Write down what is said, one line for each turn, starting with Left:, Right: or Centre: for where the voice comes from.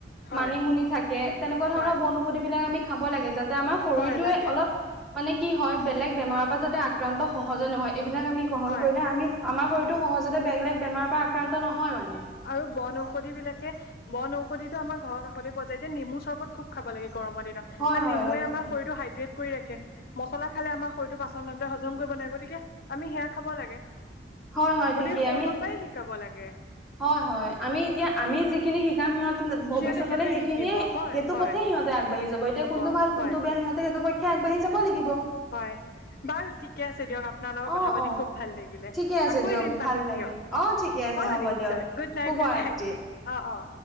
Left: হয়
Centre: মানিমুনি থাকে। তেনেকুৱা ধৰণৰ
Left: হয়
Centre: বন ঔষধি বিলাক আমি খাব লাগে, যাতে আমাৰ শৰীৰটোৱে
Left: হয় লাগে
Centre: অলপ মানে কি হয় বেলেগ বেমাৰৰ পৰা যাতে আক্ৰান্ত সহজে নহয় এইবিলাক আমি গ্ৰহণ
Left: হয়
Centre: কৰিলে আমি আমাৰ শৰীৰতো সহজতে বেগ বেলেগ বেমাৰৰ পৰা আক্ৰান্ত নহয় মানে।
Left: আৰু বনঔষধি বিলাকে বনঔষধি ত' আমাৰ ঘৰৰ কষতে পোৱা যায়, এতিয়া নেমু চৰ্বত খুব খাব লাগে গৰমৰ দিনত।
Centre: হয়
Left: কাৰণ
Centre: হয়
Left: নেমুৱে
Centre: হয়
Left: আমাৰ
Centre: ঠিকেই
Left: শৰীৰটো হাইড্ৰেট কৰি ৰাখে। মছলা খালে আমাৰ শৰীৰটোৰ পাচনতন্ত্ৰই হজম কৰিব নোৱাৰে গতিকে, আমি সেয়া খাব লাগে।
Centre: হয় হয়
Left: গতিকে
Centre: ঠিকেই
Left: সৰুৰে
Centre: আমি
Left: পৰাই শিকাব লাগে।
Centre: হয় হয়, আমি এতিয়া আমি যিখিনি শিকাম সিহঁত- ভৱিষ্যতলে
Left: সিহঁতে সেইটোৱে
Centre: সেইখিনিয়ে
Left: শিকিব হয়
Centre: সেইটো
Left: হয়
Centre: পথে সিহতে আগবাঢ়ি যাব এতিয়া
Left: হ'ব
Centre: কোনটো ভাল
Left: হয়
Centre: কোনটো বেয়া সিহঁতে সেইটো পক্ষ- ক্ষে আগবাঢ়ি যাব লাগিব।
Left: হয়, বাৰু ঠিক- ঠিকে আছে দিয়ক আপোনাৰ লগত কথা
Centre: অ',
Left: পাতি
Centre: অ'।
Left: খুব ভাল লাগিলে
Centre: ঠিকে আছে
Left: আকৌ
Centre: দিয়ক
Left: এদিন পাতিম
Centre: ভাল লাগিল
Left: দিয়ক।
Centre: অ ঠিকে আছে
Left: অ
Centre: হ'ব
Left: নিশ্চয়'
Centre: দিয়ক
Left: গুড নাইট
Centre: শুভৰাত্ৰি
Left: গুড নাইট অঁ অঁ।